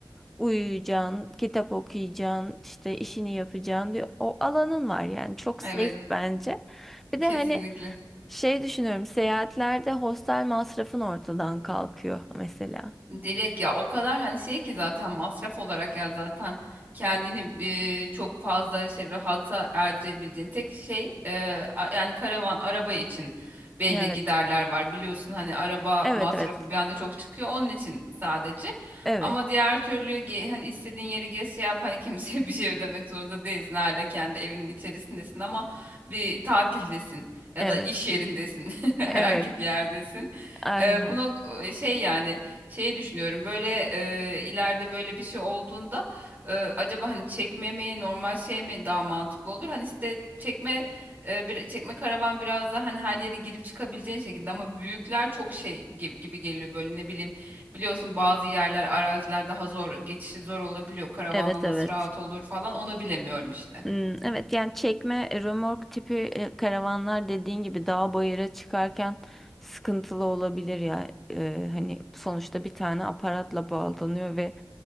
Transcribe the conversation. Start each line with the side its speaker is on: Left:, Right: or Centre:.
Centre: uyuyacağın, kitap okuyacağın, işte işini yapacağın bir o alanın var yani çok
Right: Evet.
Centre: safe bence. Bir
Right: Kesinlikle.
Centre: de hani şey düşünüyorum seyahatlerde hostel masrafın ortadan kalkıyor mesela.
Right: Direkt ya o kadar hani şey ki zaten masraf olarak ya zaten kendini e, çok fazla şey rahata erdirebildiğin tek şey e, a- yani karavan araba için belli
Centre: Evet.
Right: giderler var biliyorsun hani araba
Centre: Evet
Right: masrafı
Centre: evet.
Right: bir anda çok çıkıyor onun için sadece
Centre: Evet.
Right: ama diğer türlü ge- hani istediğin yeri gez şey yap hani kimseye <laughs> bir şey ödemek zorunda değilsin hala kendi evinin içerisindesin ama bir tatildesin ya
Centre: Evet.
Right: da iş yerindesin <laughs> herhangi
Centre: Evet.
Right: bir yerdesin
Centre: Aynen.
Right: E, bu nok- şey yani Şeyi düşünüyorum böyle e, ileride böyle bir şey olduğunda e, acaba hani çekme mi normal şey mi daha mantıklı olur? Hani işte çekme e, bir, çekme karavan biraz daha hani her yere girip çıkabileceğin şekilde ama büyükler çok şey gibi, gibi geliyor böyle ne bileyim biliyorsun bazı yerler araziler daha zor geçişi zor olabiliyor karavanla
Centre: Evet
Right: nasıl
Centre: evet.
Right: rahat olur falan onu bilemiyorum işte.
Centre: Hmm, evet yani çekme e, römork tipi e, karavanlar dediğin gibi dağ bayıra çıkarken sıkıntılı olabilir ya. E, hani sonuçta bir tane aparatla bağlanıyor ve